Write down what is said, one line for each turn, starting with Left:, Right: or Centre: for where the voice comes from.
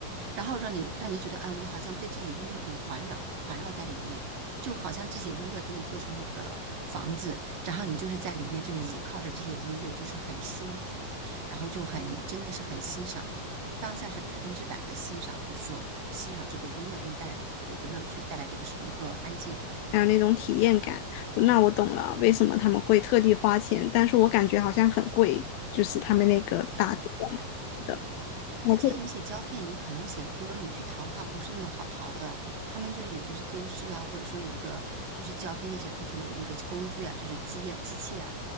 Right: 然后让你让你觉得，嗯，你好像被这些音乐给环绕环绕在里面，就好像这些音乐给你做成了一个房子，然后你就是在里面，就是倚靠着这些音乐，就是很舒服，然后就很真的是很欣赏，当下是百分之百的欣赏，就是说欣赏这个音乐给你带来的一个乐趣，带来的一个一个安静。
Left: 还有那种体验感？那我懂了，为什么他们会特地花钱，但是我感觉好像很贵，就是他们那个打碟的。我
Right: 而且有些胶片，你可能有些歌儿，你去淘的话不是那么好淘的。他们就是有的是丢失啦，或者说有的就是胶片那些，就是那个工具啊，就是机啊、机器啊，